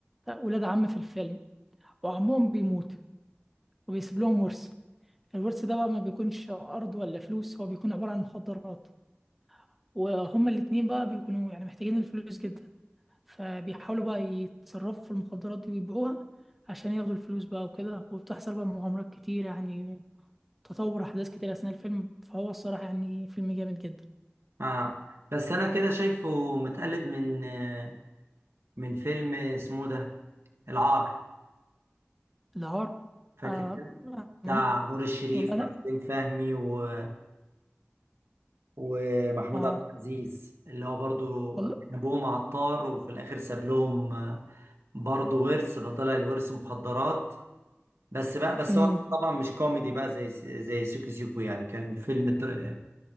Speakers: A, in the centre; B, on the right.
A: ولاد عم في الفيلم وعمهم بيموت وبيسيب لهم ورث الورث ده بقى ما بيكونش أرض ولا فلوس هو بيكون عبارة عن مخدرات وهما الاتنين بقى بيكونوا يعني محتاجين الفلوس جدا فبيحاولوا بقى يتصرفوا في المخدرات دي ويبيعوها عشان ياخدوا الفلوس بقى وكده وبتحصل بقى مغامرات كتير يعني تطور أحداث كتير أثناء الفيلم فهو الصراحة يعني فيلم جامد جدا
B: اه بس انا كده شايفه متقلد من آه، من فيلم اسمه ده العار
A: العار
B: فاكر
A: آه
B: كده؟ بتاع
A: أنا
B: نور الشريف
A: والله أنا
B: وحسين فهمي و... ومحمود
A: آه
B: عبد العزيز اللي هو برضو
A: والله
B: كان ابوهم عطار وفي الاخر ساب لهم آه، برضو ورث فطلع الورث مخدرات بس بقى بس
A: امم
B: هو طبعا مش كوميدي بقى زي زي سيكو سيكو يعني كان فيلم تر-